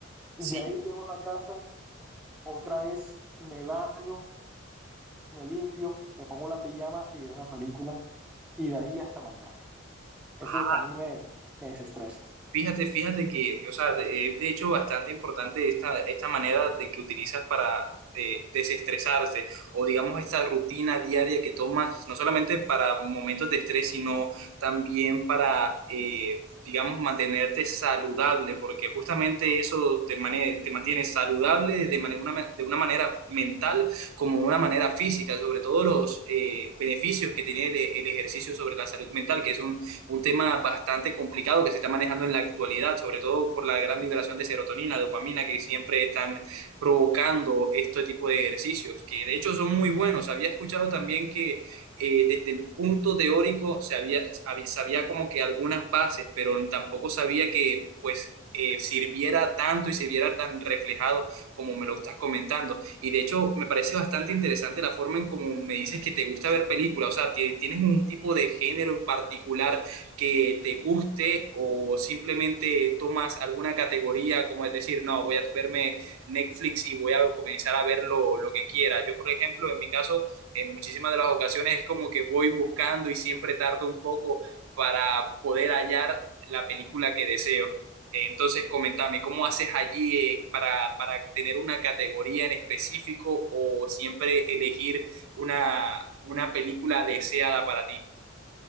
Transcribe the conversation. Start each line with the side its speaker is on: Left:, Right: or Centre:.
Centre: De
Right: Sí,
Centre: ahí llego a la casa, otra vez me baño, me limpio, me pongo la pijama y veo una película y de ahí hasta mañana. Eso
Right: Ah,
Centre: es lo que a mí me, me desestresa.
Right: fíjate, fíjate que, o sea, de- es de hecho bastante importante esta, esta manera de que utilizas para eh, desestresarse o digamos esta rutina diaria que tomas, no solamente para momentos de estrés, sino también para, eh, digamos, mantenerte saludable, porque justamente eso te, mane- te mantiene saludable de, mane- una, ma- de una manera mental como de una manera física, sobre todo los eh, beneficios que tiene el el ejercicio sobre la salud mental, que es un un tema bastante complicado que se está manejando en la actualidad, sobre todo por la gran liberación de serotonina, dopamina que siempre están provocando este tipo de ejercicios, que de hecho son muy buenos. Había escuchado también que eh, desde el punto teórico se había, hab- sabía como que algunas bases, pero tampoco sabía que pues eh, sirviera tanto y se viera tan reflejado como me lo estás comentando. Y de hecho me parece bastante interesante la forma en cómo me dices que te gusta ver películas, o sea, ti- tienes un tipo de género en particular que te guste o simplemente tomas alguna categoría, como es decir, no, voy a verme Netflix y voy a comenzar a ver lo, lo que quiera. Yo, por ejemplo, en mi caso, en muchísimas de las ocasiones es como que voy buscando y siempre tardo un poco para poder hallar la película que deseo. Eh, Entonces, comentame, ¿cómo haces allí eh, para, para tener una categoría en específico o siempre elegir una, una película deseada para ti?